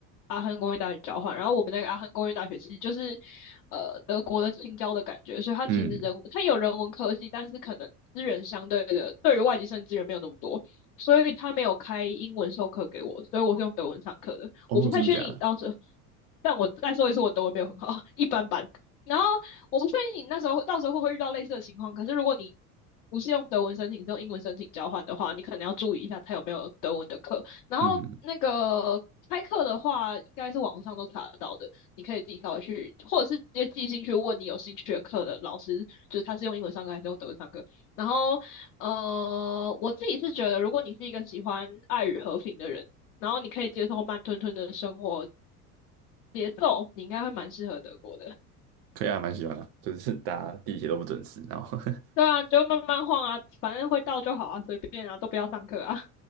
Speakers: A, on the left (about 70°); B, on the right (about 50°).
A: 阿亨工业大学交换，然后我们那个阿亨工业大学其实就是呃德国的青椒的感觉，所以它其实人它有人文科技，
B: 嗯，
A: 但是可能资源相对的对于外籍生资源没有那么多，所以他没有开英文授课给我，所以我是用德文上课的。
B: 哦，
A: 我不太确定你到时候。
B: 真假的？
A: 但我再说一次，我德文没有很好，一般般。然后我不确定你那时候到时候会不会遇到类似的情况，可是如果你不是用德文申请，是用英文申请交换的话，你可能要注意一下他有没有德文的课。然后那个开课的话，
B: 嗯，
A: 应该是网上都查得到的，你可以自己跳微去，或者是直接寄信去问你有兴趣的课的老师，就是他是用英文上课还是用德文上课。然后，呃，我自己是觉得，如果你是一个喜欢爱与和平的人，然后你可以接受慢吞吞的生活，节奏，你应该会蛮适合德国的。
B: 可以啊，蛮喜欢的，就是大家地铁都不准时，然后 <laughs>
A: 对啊，就慢慢晃啊，反正会到就好啊，随便啊，都不要上课啊。